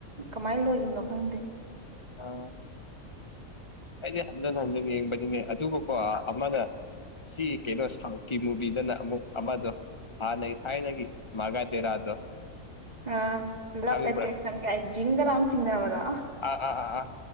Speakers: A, on the right (about 30°); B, on the left (about 25°).
A: ꯀꯃꯥꯏ ꯂꯣꯏꯒꯤꯕꯅꯣ ꯈꯪꯗꯦ꯫
B: ꯑꯥ ꯑꯩꯗꯤ ꯍꯟꯖꯟ ꯍꯟꯖꯟ ꯌꯦꯡꯕꯅꯤꯅꯦ ꯑꯗꯨꯕꯨꯀꯣ ꯑꯃꯅ ꯁꯤ ꯀꯩꯅꯣ ꯁꯥꯎꯠꯀꯤ ꯃꯨꯕꯤꯗꯅ ꯑꯃꯨꯛ ꯑꯃꯗꯣ ꯍꯥꯥꯟꯅꯩ ꯊꯥꯏꯅꯒꯤ ꯃꯥꯒꯥꯗꯦꯔꯥꯗꯣ
A: ꯑꯥ ꯂꯞ
B: ꯈꯪꯕ꯭ꯔꯥ
A: ꯑꯦꯇ꯭ꯔꯦꯛꯁꯟ ꯒꯥꯏ ꯖꯤꯡꯒ ꯂꯥꯎꯅ ꯆꯤꯡꯅꯕꯗꯣ꯫
B: ꯑꯥ ꯑꯥ ꯑꯥ